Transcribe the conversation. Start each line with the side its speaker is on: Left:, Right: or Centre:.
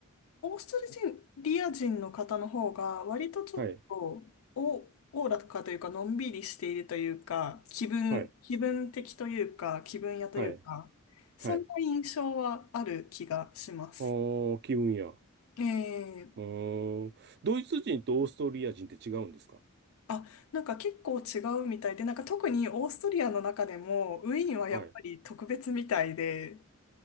Left: オーストリア人の方の方が割とちょっとお、
Right: はい、
Left: おおらかというか、のんびりしているというか、気分、
Right: はい、
Left: 気分的というか、気分屋というか、
Right: はい、
Left: そんな印象はある気がします。
Right: はい、はい。あー、気分や。
Left: ええ
Right: うーん。ドイツ人とオーストリア人って違うんですか
Left: あ、なんか結構違うみたいで、なんか特にオーストリアの中でも、ウィーンはやっぱり特別みたいで、
Right: はい。